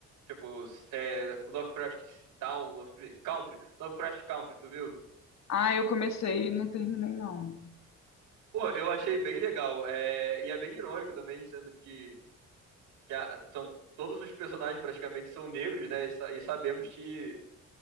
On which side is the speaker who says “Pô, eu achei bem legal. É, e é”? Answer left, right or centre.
Right